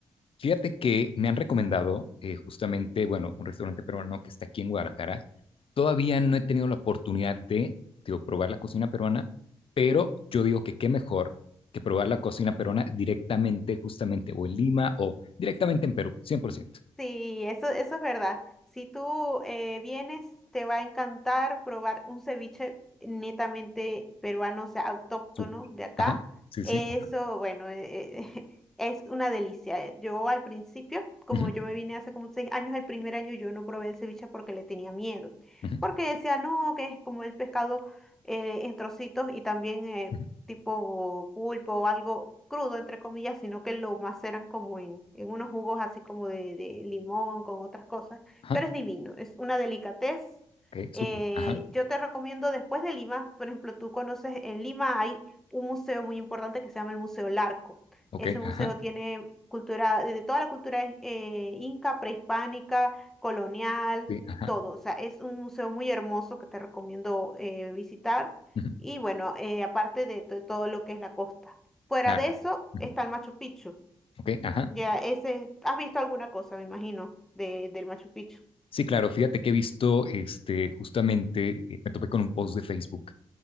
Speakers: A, on the left; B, in the centre.
A: Fíjate que me han recomendado eh, justamente, bueno, un restaurante peruano que está aquí en Guadalajara. Todavía no he tenido la oportunidad de, digo, probar la cocina peruana, pero yo digo que qué mejor que probar la cocina peruana directamente, justamente, o en Lima o directamente en Perú, 100%.
B: Sí, eso, eso es verdad. Si tú eh, vienes, te va a encantar probar un ceviche netamente peruano, o sea, autóctono
A: Súper.
B: de acá.
A: Ajá, sí,
B: Eso,
A: sí, ajá,
B: bueno, eh, eh, <laughs> es una delicia. eh. Yo al principio, como
A: ujú,
B: yo me vine hace como seis años, el primer año yo no probé el ceviche porque le tenía miedo.
A: ujú,
B: Porque decía, no, que es como el pescado eh, en trocitos y también eh,
A: ujú,
B: tipo pulpo o algo crudo, entre comillas, sino que lo maceran como en, en unos jugos así como de, de limón, con otras cosas.
A: ajá,
B: Pero es divino, es una delicatez.
A: Ok, súper.
B: Eh,
A: Ajá.
B: yo te recomiendo después de Lima, por ejemplo, tú conoces en Lima hay un museo muy importante que se llama el Museo Larco.
A: Ok,
B: Ese museo
A: ajá.
B: tiene cultura, de de toda la cultura eh, eh, inca, prehispánica, colonial,
A: Sí, ajá.
B: todo. O sea, es un museo muy hermoso que te recomiendo eh, visitar.
A: ujú,
B: Y bueno, eh, aparte de to- todo lo que es la costa. Fuera
A: Claro.
B: de eso
A: ujú,
B: está el Machu Picchu.
A: Ok, ajá.
B: Ya ese, has visto alguna cosa, me imagino, de, del Machu Picchu.
A: Sí, claro. Fíjate que he visto, este, justamente, eh, me topé con un post de Facebook